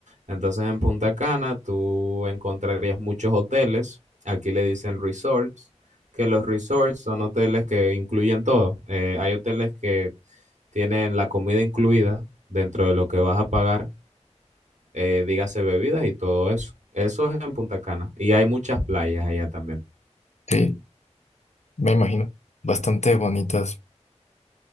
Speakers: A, on the right; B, on the left.
A: Entonces en Punta Cana tú encontrarías muchos hoteles, aquí le dicen resorts, que los resorts son hoteles que incluyen todo. Eh, hay hoteles que tienen la comida incluida dentro de lo que vas a pagar, eh, dígase bebidas y todo eso. Eso es en Punta Cana y hay muchas playas allá también.
B: Sí, me imagino. Bastante bonitas.